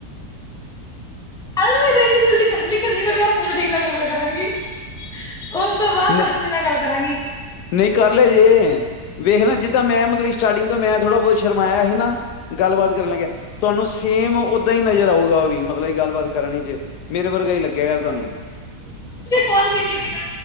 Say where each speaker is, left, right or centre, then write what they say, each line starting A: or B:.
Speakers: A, in the centre; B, on the left.
A: ਮ ਇੰਨੀ ਜਲਦੀ ਗੱਲ ਨੀ ਕਰਨੀ ਮੇ ਆਪ ਜਲਦੀ ਨਾਲ ਗੱਲ ਕਰਾਂਗੀ ਉਸ ਤੋਂ ਬਾਅਦ
B: ਨਹੀਂ
A: ਤਨਵੀ ਨਾਲ ਗੱਲ ਕਰਾਂਗੀ
B: ਨਹੀਂ ਕਰ ਲੈ ਜੇ ਵੇਖਣਾ ਜਿੱਦਾਂ ਮੈਂ ਮਤਲਬ ਸਟਾਰਟਿੰਗ ਤੋਂ ਮੈਂ ਥੋੜ੍ਹਾ ਬਹੁਤ ਸ਼ਰਮਾਇਆ ਸੀ ਨਾ ਗੱਲਬਾਤ ਕਰਨ ਲੱਗ ਤੁਹਾਨੂੰ ਸੇਮ ਓਦਾਂ ਹੀ ਨਜ਼ਰ ਆਊਗਾ ਉਹ ਵੀ ਮਤਲਬ ਗੱਲਬਾਤ ਕਰਨ ਚ ਮੇਰੇ ਵਰਗਾ ਹੀ ਲੱਗਿਆ ਗਿਆ ਤੁਹਾਨੂੰ
A: ਕੋਲ ਕੀਤੀ ਸੀ ਨਾ